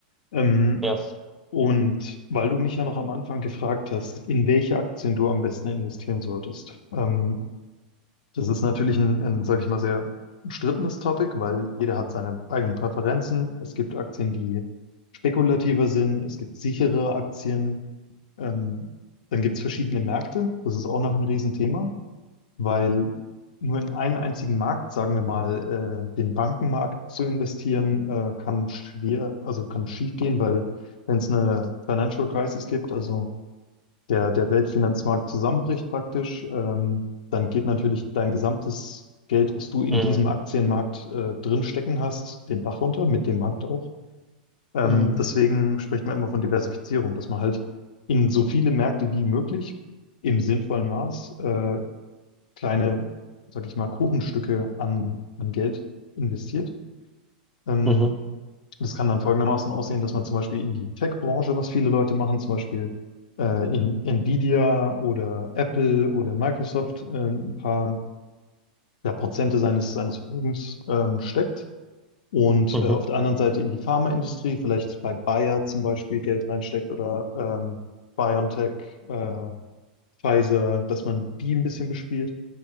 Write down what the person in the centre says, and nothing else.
Ja,
mhm,
mhm,
mhm,
mhm.